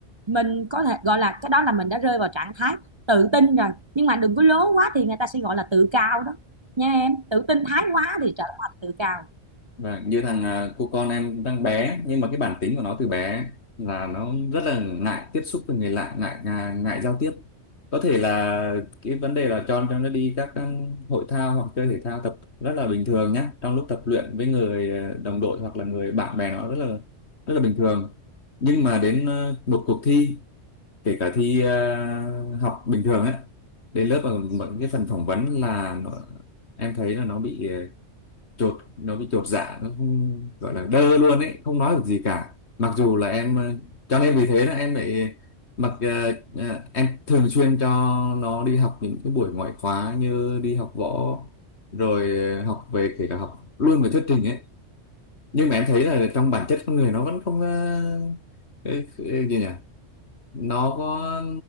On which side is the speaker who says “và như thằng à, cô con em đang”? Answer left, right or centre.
Left